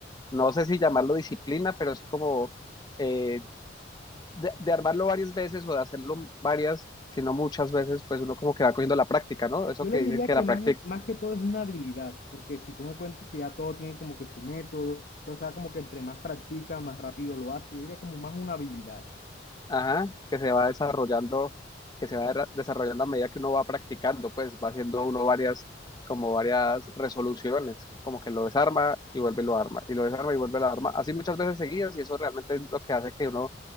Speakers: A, on the left (about 20°); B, on the left (about 50°).
A: no sé si llamarlo disciplina, pero sí como eh, de, de armarlo varias veces o de hacerlo varias, sino muchas veces, pues uno como que va cogiendo la práctica, ¿no? Eso
B: Yo
A: que
B: le
A: dicen
B: diría
A: que
B: que
A: la práctica
B: más, más que todo es una habilidad, porque si tú me cuentas que ya todo tiene como que su método, entonces ah, como que entre más practica, más rápido lo hace, yo diría como más una habilidad.
A: Ajá, que se va desarrollando, que se va derra- desarrollando a medida que uno va practicando, pues va haciendo uno varias, como varias resoluciones, como que lo desarma y vuelve y lo arma, y lo desarma y vuelve y lo arma, así muchas veces seguidas, y eso realmente es lo que hace que uno